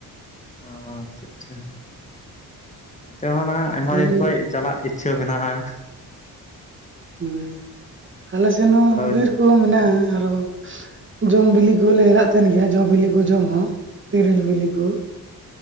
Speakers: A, on the left; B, on the right.
A: ᱚ ᱟᱪᱪᱷᱟ ᱟᱪᱪᱷᱟ ᱱᱚᱛᱮ ᱦᱚᱸ ᱟᱠᱟᱜᱼᱟ ᱟ ᱟᱭᱢᱟ
B: ᱟᱞᱮ
A: ᱫᱤᱱ ᱠᱷᱚᱡ
B: ᱱᱚ-
A: ᱪᱟᱞᱟᱜ ᱤᱪᱪᱷᱟᱹ ᱢᱮᱱᱟᱜᱼᱟ
B: ᱦᱳᱭ ᱟᱞᱮ ᱥᱮᱫ ᱦᱚᱸ
A: ᱟᱫᱚ
B: ᱵᱤᱨ ᱠᱚᱦᱚᱸ ᱢᱮᱱᱟᱜᱼᱟ ᱟᱨᱚᱼᱼ ᱡᱚᱢ ᱵᱤᱞᱤ ᱠᱚᱞᱮ ᱮᱨᱟᱜ ᱛᱟᱦᱮᱱ ᱜᱮᱭᱟ ᱡᱚ ᱵᱤᱞᱤ ᱠᱚ ᱡᱚᱢ ᱦᱚᱸ ᱛᱤᱨᱤᱞ ᱵᱤᱞᱤ ᱠᱚ